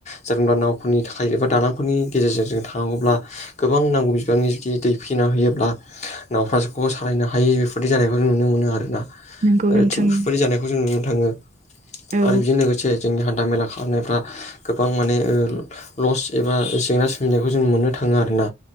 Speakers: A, on the left; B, on the right.
A: जबा नावफोरनि थाखाय एबा दालांफोरनि गेजेरजों जों थांनांगौब्ला गोबां नांगौ बिबांनि जुदि दै फैना होयोब्ला नाफ्र्राोखौ सालायनो हायि बेफोरदि जानायखौ जों नुनो मोनो आरोना।
B: नंगौ
A: ओ
B: नोंथां
A: थाक बेबादि जानायखौ जों नुनो थाङो
B: औ
A: आरो। बेजों लोगोसे जोंनि हान्था मेला खालामनायफ्रा गोबां माने लस एबा जेंना सबिनायखौ जों मोननो थाङो आरोना।